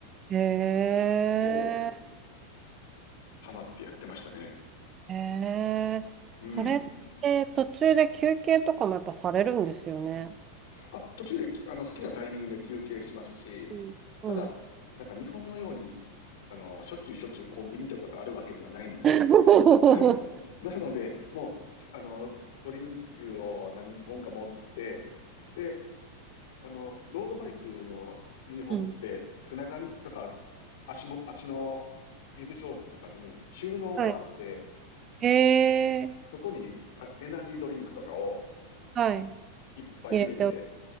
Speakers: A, on the right; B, on the left.
A: へえ。
B: をハマってやってましたね。
A: へえ。
B: うん。
A: それって途中で休憩とかもやっぱされるんですよね。
B: あ、途中で、あの、好きなタイミングで休憩しますし、
A: うん。
B: ただ、
A: うん。
B: なんか日本のように、あの、しょっちゅうしょっちゅうコンビニとかがあるわけではないので、
A: <laughs>
B: <clears throat> <laughs> なので、もう、すあの、ドリンクを何本か持って、で、あの、ロードバイクのユニフォームって、
A: うん。
B: 背中とか足元、足のビブショーツとかに収納があって、
A: はい。へえ。
B: そこにあエナジードリンクとかを
A: はい。
B: いっぱい入れて、
A: 入れておく。